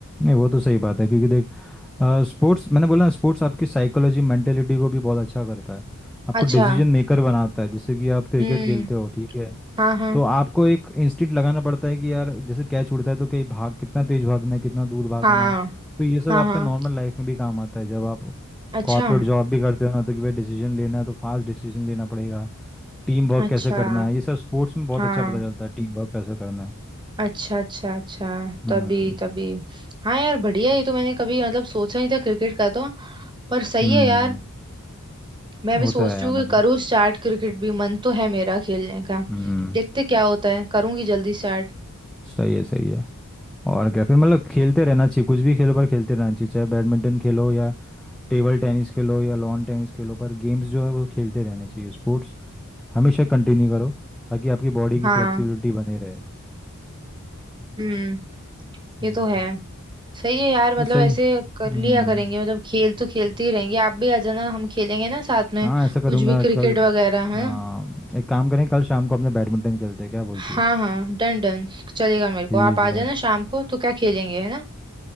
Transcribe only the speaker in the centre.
नहीं वो तो सही बात है क्योंकि देख स्पोर्ट्स मैंने बोला ना स्पोर्ट्स आपकी साइकोलॉजी मेंटेलिटी को भी बहुत अच्छा करता है आपको
डिसीजन मेकर बनाता है जैसे कि आप क्रिकेट
खेलते हो ठीक है
तो आपको एक इंस्टिंक्ट लगाना पड़ता है कि यार जैसे कैच उड़ता है तो कहीं भाग कितना तेज भागना है कितना दूर भागना
है तो ये सब
आपका
नॉर्मल लाइफ में भी काम आता है जब आप
कॉर्पोरेट जॉब भी करते हो ना तो कि भाई डिसीजन लेना है तो फास्ट डिसीजन लेना पड़ेगा टीम वर्क
कैसे करना है ये सब स्पोर्ट्स में बहुत
अच्छा पता चलता है टीम वर्क कैसे करना है
हम्म
हम्म
होता
है यार
मतलब
हम्म
सही है सही है और क्या फिर मतलब खेलते रहना चाहिए कुछ भी खेलो पर खेलते रहना चाहिए चाहे बैडमिंटन खेलो या टेबल टेनिस खेलो या लॉन टेनिस खेलो पर गेम्स जो है वो खेलते रहने चाहिए स्पोर्ट्स हमेशा कंटिन्यू करो ताकि आपकी बॉडी की
फ्लेक्सिबिलिटी बनी रहे
हम्म
तो
सही
हम्म
हाँ ऐसा करूँगा
कल
आ,
एक काम करें कल शाम को अपने बैडमिंटन खेलते हैं क्या बोलती
है
ठीक
है